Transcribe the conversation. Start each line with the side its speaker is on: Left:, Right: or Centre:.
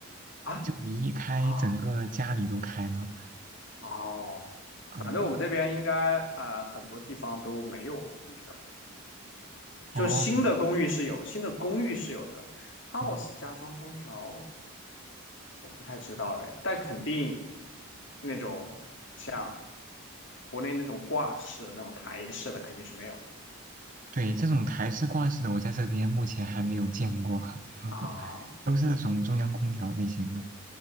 Left: 啊
Right: 就你一开，
Left: 啊
Right: 整个家里都开了。
Left: 哦，
Right: 嗯，
Left: 反正我们这边应该呃很多地方都没有空调，
Right: 哦
Left: 就是新的公寓是有，新的公寓是有的，house
Right: 哦，
Left: 加装空调我不太知道哎，但肯定那种像国内那种挂式那种台式的肯定是没有的
Right: 对，这种台式挂式的，我在这边目前还没有见过，<laughs>
Left: 啊，
Right: 都是那种中央空调类型的。